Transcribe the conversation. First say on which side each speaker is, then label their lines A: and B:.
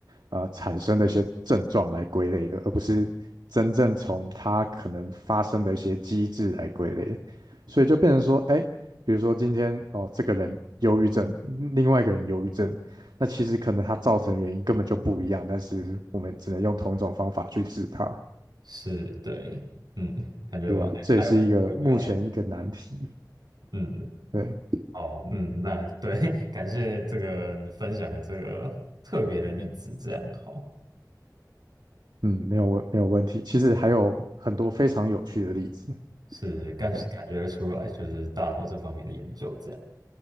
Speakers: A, on the right (about 85°); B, on the right (about 70°).
A: 呃产生的一些症状来归类的，而不是真正从它可能发生的一些机制来归类，所以就变成说，哎，比如说今天哦，这个人忧郁症，另外一个人忧郁症，那其实可能他造成的原因根本就不一样，但是我们只能用同一种方法去治它，
B: 是对，嗯，感觉我们还还有我需要聊，
A: 对吧？这也是一个目前一个难题，
B: 嗯，
A: 对。
B: 哦，嗯，那对，<laughs> 感谢这个分享的这个特别的例子，这样好。
A: 嗯，没有问没有问题。其实还有很多非常有趣的例子。
B: 是感感觉得出来，
A: 对，
B: 就是大脑这方面的研究这样。